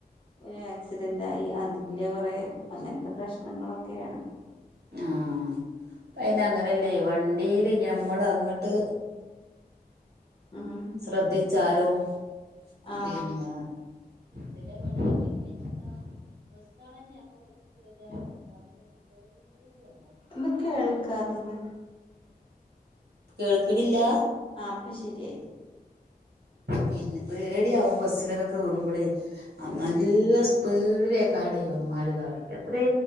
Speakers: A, on the left; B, on the right.
A: ഏഹ് ആക്സിഡന്റായി അതിൻ്റ കൊറേ അങ്ങനത്ത പ്രശ്നങ്ങളൊക്കെയാണ്
B: ആഹ്‌ പ്പയിനഅങ്ങനല്ലേ വണ്ടീല് ഞമ്മളങ്ങട്ട്
A: ഉം
B: ശ്രദ്ധിച്ചാലും
A: ആഹ്
B: പിന്ന ചെല വണ്ടീക്കങ്ങ ബസ്സാ ബസ്സാണേന്നെ ഞമ്മള് ബസ്സികേറിയാലും രാത്രി പേടി ആവും,
A: എന്താ കേൾക്കാത്തത്
B: കേൾക്കണില്ലാ
A: ആപ്പ ശരിയായി
B: പിന്നെ പേടിയാവും ബസ്സിലൊക്ക കേറുമ്പളേ ആഹ്
A: ഉം
B: നല്ല സ് ടിലേക്കാരുടെ ഇവന്മാര് ഇതാക്ക എത്രേ